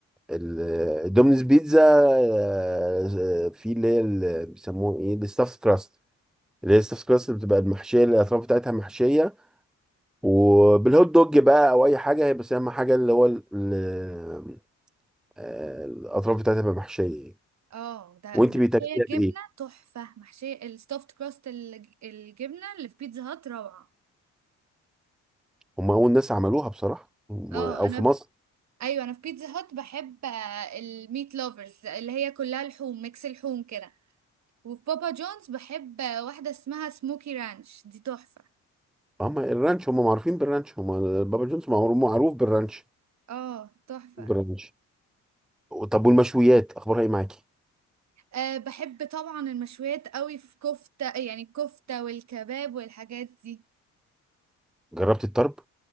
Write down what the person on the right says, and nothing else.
اه ده
محشية
جبنة
تحفة محشية الستافت كراست الج- الجبنة اللي في بيتزا هات روعة
اه
انا
في...
ايوه انا في بيتزا هات بحب آه، الميت لوفرز اللي هي كلها لحوم ميكس لحوم كده وفي بابا جونز بحب آه، واحدة اسمها سموكي رانش دي تحفة
اه تحفة
أه بحب طبعا المشويات قوي في كفتة يعني الكفتة والكباب والحاجات دي